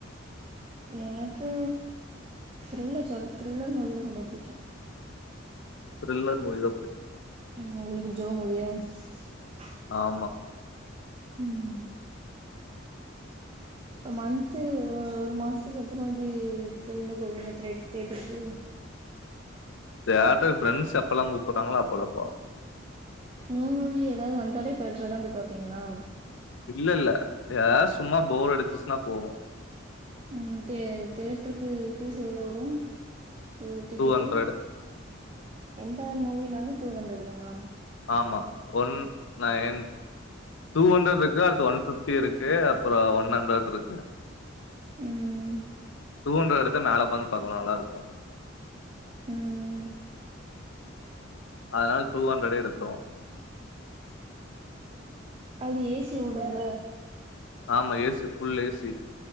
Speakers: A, on the right; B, on the left.
A: எனக்கு த்ரில்லர் சொல் த்ரில்லர் மூவிதா ரொம்ப புடிக்கு
B: த்ரில்லர் மூவிதா புடி
A: ம் உங்களுக்கு ஜோ முய <unintelligible>
B: ஆமா
A: ம் மந்த்து ஒரு மந்துக்கு எத்தனவாட்டி எங்க போவீங்க தேட்தேட்டருக்கு
B: தியேட்டர்க்கு ஃப்ரெண்ட்ஸ் எப்பெல்லா கூப்பறாங்களோ அப்பெல்லா போவ
A: நியூ மூவி ஏதாவது வந்தாலே திட்டர்லதா போய் பாப்பீங்களா
B: இல்ல இல்ல ஏ சும்மா ஃபோர் அடிச்சின்னா போவோ
A: ம் தே தேட்டருக்கு பீஸ் எவ்ளோ வரு ஒரு டிக்கெட்டு
B: டூ ஹண்ட்ரட்
A: எந்த மூவினாலு டூ ஹண்ட்ரட் தானா
B: ஆமா ஒன் நையன் டூ ஹண்ட்ரட் இருக்கு அடுத்து ஒன் பிப்டி இருக்கு அப்புறோ ஒன் ஹண்ட்ரட் இருக்கு
A: ம்
B: டூன்றட் எடுத்த மேலவுகந்து பாக்கலா நல்லா இருக்கு
A: ம்
B: அதனால டூ ஹண்ட்ரடே எடுத்துறோ
A: அது ஏசி ஒடுல்ல
B: ஆமா ஏசி ஃபுல் ஏசி